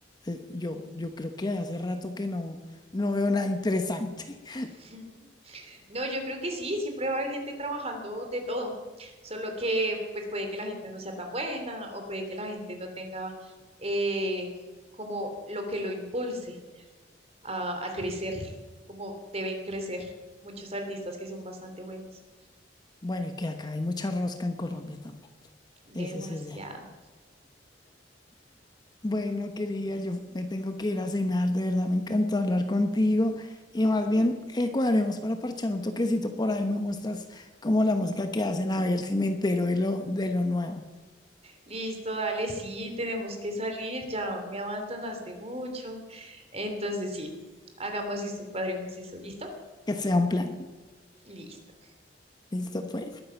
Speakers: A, on the left (about 25°); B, on the right (about 35°).
A: eh, yo, yo creo que hace rato que no, no veo nada interesante. <laughs>
B: <laughs> No, yo creo que sí, siempre va a haber gente trabajando de todo, solo que pues puede que la gente no sea tan buena o puede que la gente no tenga eh, como lo que lo impulse a, a crecer, como deben crecer muchos artistas que son bastante buenos.
A: Bueno, y que acá hay mucha rosca en Colombia también.
B: Demasiado.
A: Eso sí es de ahí. Bueno, querida, yo me tengo que ir a cenar, de verdad me encantó hablar contigo y más bien eh, cuadremos para parchar un toquecito por ahí, me muestras como la música que hacen, a ver si me entero de lo, de lo nuevo,
B: Listo, dale, sí, tenemos que salir, ya me abandonaste mucho. Entonces sí, hagamos esto, cuadremos eso, ¿listo?
A: que sea un plan.
B: Listo.
A: Listo, pues.